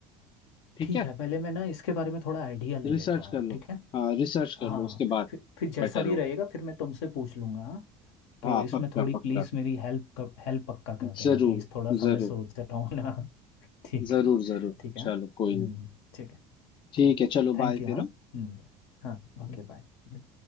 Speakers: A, on the left (about 35°); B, on the left (about 80°).
A: ठीक
B: ठीक
A: है
B: है पहले मैं ना इसके बारे में थोड़ा आइडिया ले
A: रिसर्च
B: लेता हूँ
A: कर लो
B: ठीक है
A: हाँ रिसर्च कर
B: हाँ
A: लो उसके बाद
B: फिर फिर जैसा
A: बेटर
B: भी
A: होगा
B: रहेगा फिर मैं तुमसे पूछ लूंगा हाँ तो
A: हाँ
B: इसमें
A: पक्का
B: थोड़ी
A: पक्का
B: प्लीज़ मेरी हेल्प कर हेल्प पक्का कर देना
A: जरूर
B: प्लीज़ थोड़ा सा
A: जरूर
B: मैं सोच रहा हूँ ना <laughs> ठीक
A: जरूर
B: है
A: जरूर
B: ठीक है
A: चलो
B: हम्म
A: कोई नहीं
B: ठीक है
A: ठीक
B: ठीक
A: है चलो
B: Thank
A: बाय
B: you
A: फिर
B: हाँ
A: हाँ?
B: हम्म हाँ Okay bye